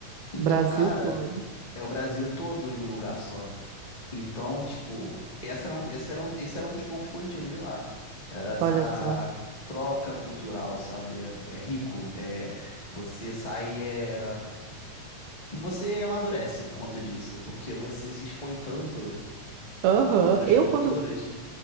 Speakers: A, on the left; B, on the right.
A: Então,
B: Brasil
A: cara,
B: todo,
A: é o Brasil todo em um lugar só. Então, tipo, essa era um, esse era um, esse era um dos poucos positivos de lá. Era essa
B: olha só.
A: troca cultural, sabe? É, é rico. É, você sai, é, você amadurece por conta disso, porque você se expõe tanto
B: Aham.
A: a outras
B: Eu,
A: culturas
B: quando